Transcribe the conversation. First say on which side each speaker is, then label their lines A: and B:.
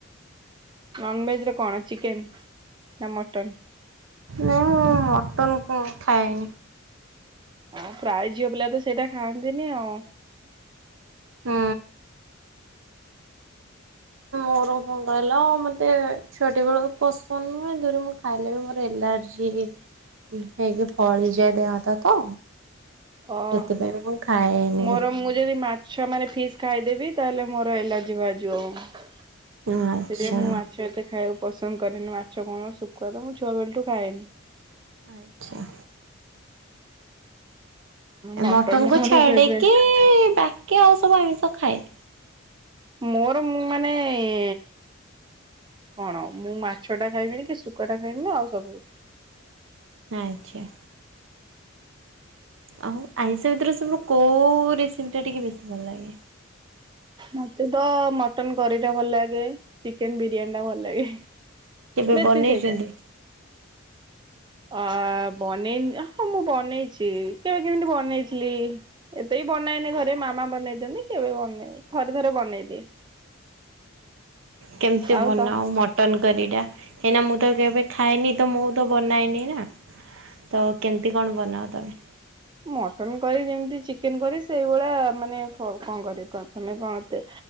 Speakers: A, on the right; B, on the right.
A: ନନ‌ଭେଜ୍ କଣ ଚିକେନ ନା ମଟନ?
B: ନାଇଁ ମୁଁ ମଟନ କଣ ଖାଏନି।
A: ଆଉ ପ୍ରାୟେ ଝିଅ ପିଲା ତ ସେଇଟା ଖାଆନ୍ତିନି ଆଉ।
B: ହୁଁ।
A: ହ
B: ମୋର ଥିଲା ଆଉ ମତେ ଛୁଆଟି ବେଳକୁ ପସନ୍ଦ ନୁହେଁ ଧୁଇରେ ମୋର ମୁ ଖାଇଲେ ବି ମୋର ଏଲାର୍ଜି ହେଇକି ଫଳି ହେଇଯାଏ ଦେହଟା ତ।
A: ଓହୋ
B: ସେଥିପାଇଁ ମୁଁ ଖାଏନି।
A: ମୋର ମୁଁ ଯଦି ମାଛ ମାନେ ଫିସ୍ ଖାଇଦେବି ତାହେଲେ ମୋର ଏଲାର୍ଜି ବାହାରଯିବ ଆଉ ସେଥିପାଇ
B: ଆଚ୍ଛା
A: ମୁଁ ମାଛ ଏତେ ଖାଇବାକୁ ପସନ୍ଦ କରେନି ମାଛ କଣ ଶୁଖୁଆ ତ ମୁଁ ଛୁଆବେଳଠୁ ଖାଏନି।
B: ଆଚ୍ଛା।
A: ମଟନ୍
B: ମଟନ କୁ
A: ଟା ମୋର
B: ଛାଡେକି
A: ଫେବରାଇଟ୍
B: ବାକି ଆଉ ସବୁ ଆମିଷ ଖାଏ।
A: ମୋର ମୁଁ ମାନେ ଏ କଣ ମୁଁ ମାଛ ଟା ଖାଇବିିନି କି ଶୁଖୁଆ ଟା ଖାଇବିନି ଆଉ ସବୁ
B: ଆଚ୍ଛା। ଆଉ ଆଇଁଷ ଭିତରୁ ସବ କୋଉଁ ରେସିପିଟା ଟିକେ ବେଶୀ ଭଲ ଲାଗେ?
A: ମତେ ତ ମଟନ କରି ଟା ଭଲ ଲାଗେ ଚିକେନ ବିରିୟାନୀ ଟା ଭଲ ଲାଗେ।
B: କେବେ
A: ବେଶୀ
B: ବନେଇଛନ୍ତି?
A: ସେଇଟା। ଅ ବନେଇନ ହଁ ମୁଁ ବନେଇଛି କେବେ କେମିତି ବନେଇଥିଲି ଏବେ ବନାଇନି ଘରେ ମାମା ବନେଇ ଦିଅନ୍ତି କେବେ ବନେଇ ଥରେ ଥରେ ବନେଇଦିଏ।
B: କେମତି
A: ଆଉ
B: ବନାଉ
A: ତ
B: ମଟନ୍? କରିଟା ହେଇନା ମୁଁ ତ କେବେ ଖାଏନି ତ ମୁଁ ତ ବନାଏନି ନା। ତ କେମିତି କଣ ବନାଅ ତମେ?
A: ମଟନ କରି ଯେମିତି ଚିକେନ କରି ସେଇଭଳିଆ ମାନେ କଣ କରି ତମେ କଣ